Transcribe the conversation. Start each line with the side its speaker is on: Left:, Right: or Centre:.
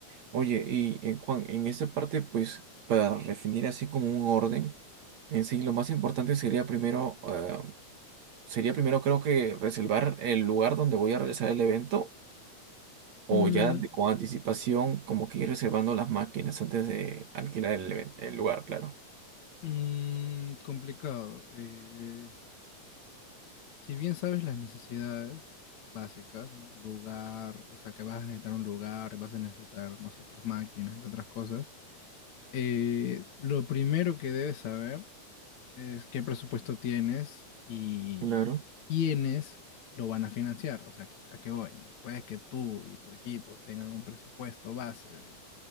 Right: Oye, y en Juan, en esta parte, pues, para definir así como un orden, en sí, lo más importante sería primero, eh, sería primero creo que reservar el lugar donde voy a realizar el evento, o
Left: Mm,
Right: ya de- con anticipación, como que ir reservando las máquinas antes de alquilar el, even- el lugar, claro.
Left: mm, complicado. Eh, si bien sabes las necesidades básicas, ¿no? Lugar, o sea, que vas a necesitar un lugar, vas a necesitar, no sé, pues máquinas, entre otras cosas. Eh, lo primero que debes saber es qué presupuesto tienes y
Right: Claro.
Left: quiénes lo van a financiar, o sea, que- a qué voy, ¿no? Puedes que tú y tu equipo tengan un presupuesto base